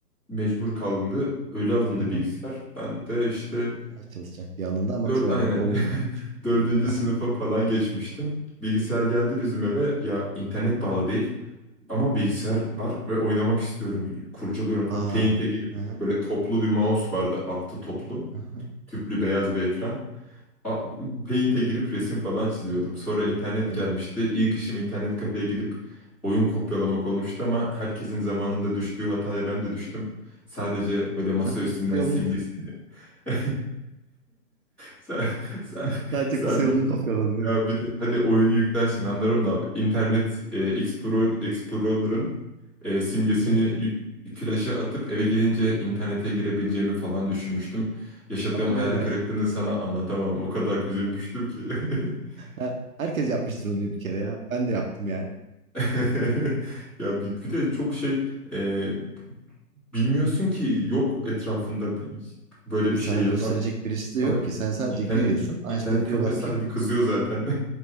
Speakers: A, in the centre; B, on the right.
A: Mecbur kalındı. Öyle alındı
B: Hı-hı.
A: bilgisayar. Ben de işte
B: Ders çalışacak diye alındı ama
A: Dör,
B: çoğunlukla
A: aynen.
B: oyun
A: <laughs>
B: o- için kullanıldı
A: Dördüncü
B: değil mi?
A: sınıfa falan geçmiştim. Bilgisayar geldi bizim eve. Ya internet bağlı değil. Ama bilgisayar var ve oynamak istiyorum. Kurcalıyorum falan.
B: Aa.
A: Paint'e girip
B: Aha,
A: böyle toplu bir mouse vardı. Altı toplu.
B: aha,
A: Tüplü beyaz bir ekran. A- Paint'e girip resim falan çiziyordum. Sonra internet
B: evet.
A: gelmişti. İlk işim internet kafeye gidip oyun kopyalamak olmuştu ama herkesin zamanında düştüğü hataya ben de düştüm. Sadece böyle masa
B: Sadece
A: üstünden
B: kısa yolunu,
A: simgesi.
B: <laughs>
A: <laughs> Sen, sen,
B: sadece
A: sadece
B: kısa yolunu kopyaladın değil
A: ya
B: mi?
A: bir de hadi oyunu yüklersin anlarım da abi. İnternet e, Explorer, Explorer'ın e, simgesini
B: Hı hı.
A: yük- flaşa atıp eve gelince internete girebileceğimi falan düşünmüştüm. Yaşadığım
B: Ama
A: hayal
B: öyle.
A: kırıklığını sana anlatamam. O kadar üzülmüştüm ki. <laughs>
B: Ha, Herkes yapmıştır onu bir kere ya. Ben de yaptım yani.
A: <laughs> Ya bir, bir de çok şey e, bilmiyorsun ki yok etrafında b- böyle
B: Tabii
A: bir şey
B: sana
A: yapan.
B: gösterecek birisi de
A: Sana
B: yok ki. Sen sadece
A: internet
B: giriyorsun. Ha
A: internet
B: işte diyorlar
A: kafe sahibi
B: ki
A: kızıyor zaten.